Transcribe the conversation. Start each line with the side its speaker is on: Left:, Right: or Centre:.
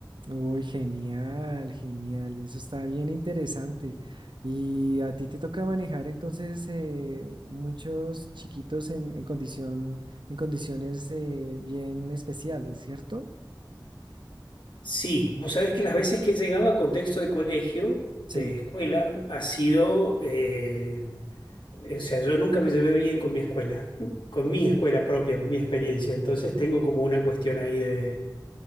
Right: Uy, genial, genial. Eso está bien interesante. Y a ti te toca manejar entonces eh, muchos chiquitos en, en condición, en condiciones eh, bien especiales, ¿cierto?
Left: Sí, vos sabés que las veces que he llegado a contexto de colegio,
Right: Sí.
Left: de escuela, ha sido, eh, o sea, yo nunca me llevé bien con mi escuela, con mi escuela propia, con mi experiencia. Entonces tengo como una cuestión ahí de,